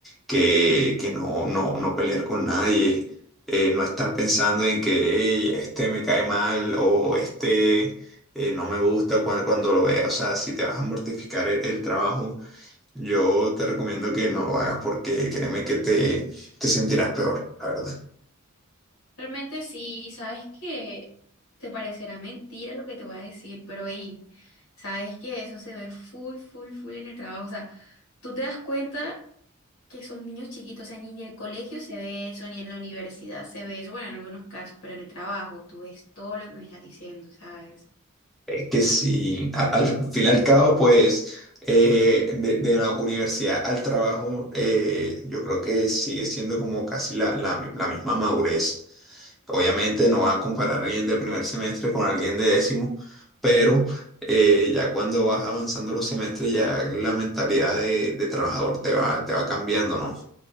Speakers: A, in the centre; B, on the left.
A: que, que no, no, no pelear con nadie, eh, no estar pensando en que "Ey, este me cae mal o este eh, no me gusta cuando, cuando lo vea. O sea, si te vas a mortificar el, el trabajo, yo te recomiendo que no lo hagas porque créeme que te, te sentirás peor, la verdad.
B: Realmente sí, y sabes que te parecerá mentira lo que te voy a decir, pero ahí, sabes que eso se ve full, full, full en el trabajo. O sea, tú te das cuenta. que son niños chiquitos, o sea, ni en el colegio se ve eso, ni en la universidad se ve eso, bueno, en algunos casos, pero en el trabajo tú ves todo lo que me estás diciendo, ¿sabes?
A: Es que sí, a- al fin y al cabo, pues eh, de, de la universidad al trabajo, eh, yo creo que sigue siendo como casi la, la, mi- la misma madurez. Obviamente no va a comparar a alguien de primer semestre con alguien de décimo, pero eh, ya cuando vas avanzando los semestres, ya la mentalidad de, de trabajador te va, te va cambiando, ¿no?